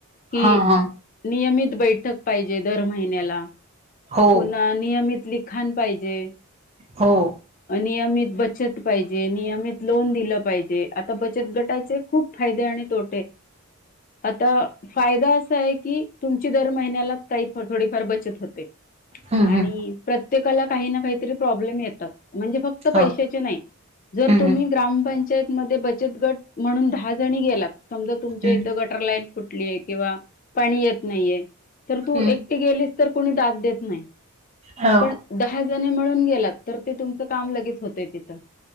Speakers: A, on the left; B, on the right.
A: की
B: हा हा
A: नियमित बैठक पाहिजे दर महिन्याला
B: हो
A: पुन्हा नियमित लिखाण लिखाान पाहिजे
B: हो
A: नियमित बचत पाहिजे नियमित लोन दिलं पाहिजे आता बचत गटाचे खूप फायदे आणि तो आता फायदा असा आहे की तुमची दर महिन्याला काही थोडीफार बचत होते
B: हम्म
A: आणि
B: हम्म
A: प्रत्येक प्रत्येकाला काही ना काहीतरी प्रॉब्लेम येतात म्हणजे फक्त
B: हो
A: पैशाचे नाही जर
B: हम्म
A: तुम्ही
B: हम्म
A: ग्रामपंचायत मध्ये बचत गट म्हणून दहा जणी गेलात समजा तुमच्या
B: हम्म
A: इथं गटर लाईन कुठलीय आहे किंवा पाणी येत नाहीये तर तू
B: हम्म
A: एकटी गेलीस तर कोणी दात देत नाही
B: हो
A: पण दहा दहा जनी मिळुन गेलात तर तुमच काम लगेच होत तिथ